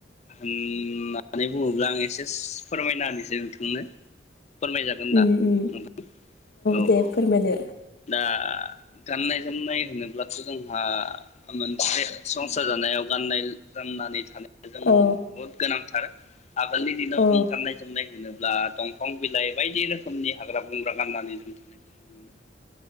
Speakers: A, on the left; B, on the left.
A: होननानै बुङोब्ला आं एसे फोरमायना होनोसै नोंथांनो फोरमायजागोन
B: उम
A: दा
B: उम
A: नोंथां औ
B: दे
A: औ
B: फोरमायदो
A: दा गाननाय होननाय होनोब्लाथ‌' जोंहा मोनसे संसार जानायाव गाननाय गाननानै थानो जों
B: औ
A: बहुद गोनांथार। आगोलनि दिनाव
B: औ
A: जों गाननाय जोमनाय होनोब्ला दंफां बिलाइ बायदि रोखोमनि हाग्रा बंग्रा गाननानै जों थानायखौ नुनो मोनो।